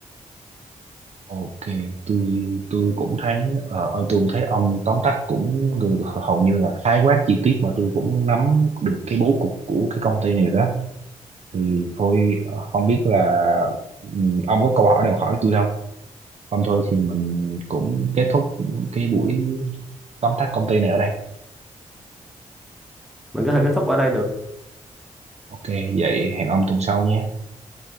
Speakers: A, on the right; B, in the centre.
A: ok tôi tôi cũng thấy ờ, ờ, tôi cũng thấy ông tóm tắt cũng gần- hầu như là khái quát chi tiết mà tôi cũng nắm được cái bố cục của cái công ty này đó thì thôi ờ, không biết là ừ, ông có câu hỏi nào hỏi tôi không Không thôi thì mình cũng kết thúc cái buổi tóm tắt công ty này ở đây.
B: mình có thể kết thúc ở đây được
A: Ok, vậy hẹn ông tuần sau nhé.